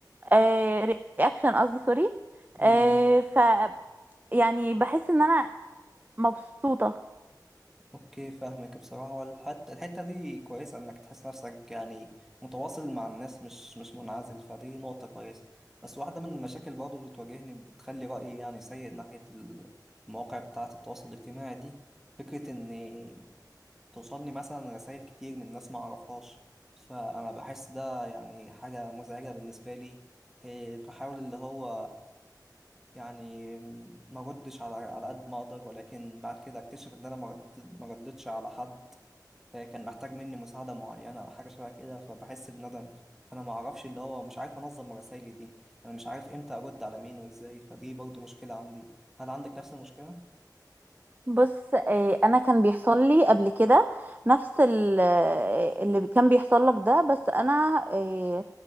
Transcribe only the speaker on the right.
آه رياكشن قصدي سوري
آه ف يعني بحس ان انا مبسوطة
بص آه، انا كان بيحصل لي قبل كده نفس ال- آه، اللي كان بيحصل لك ده بس انا آه،